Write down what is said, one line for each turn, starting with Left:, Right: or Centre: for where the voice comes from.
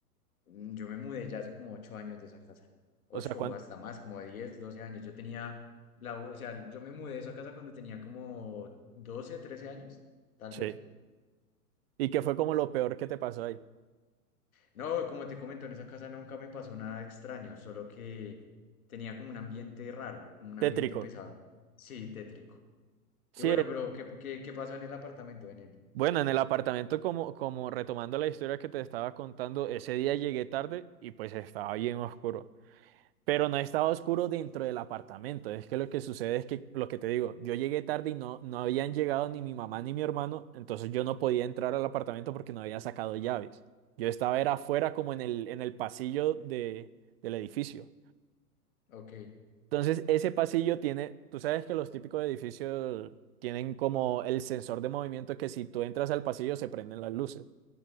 Left: Mm, Yo me mudé ya hace como ocho años de esa casa. Ocho
Right: O sea, ¿cuánto?
Left: o hasta más, como de 10 12 años. Yo tenía, la, o sea, yo me mudé de esa casa cuando tenía como 12 13 años, tal
Right: Sí.
Left: vez.
Right: ¿Y qué fue como lo peor que te pasó ahí?
Left: No, como te comento, en esa casa nunca me pasó nada extraño, solo que tenía como un ambiente raro, como un
Right: Tétrico.
Left: ambiente pesado. Sí, tétrico.
Right: Sí,
Left: Y bueno, pero ¿qué, qué, qué pasó en el apartamento? En el...
Right: Bueno, en el apartamento, como, como retomando la historia que te estaba contando, ese día llegué tarde y pues estaba bien oscuro. Pero no estaba oscuro dentro del apartamento. Es que lo que sucede es que, lo que te digo, yo llegué tarde y no, no habían llegado ni mi mamá ni mi hermano, entonces yo no podía entrar al apartamento porque no había sacado llaves. Yo estaba era afuera como en el, en el pasillo de, del edificio.
Left: Ok,
Right: Entonces ese pasillo tiene, tú sabes que los típicos edificios tienen como el sensor de movimiento que si tú entras al pasillo se prenden las luces.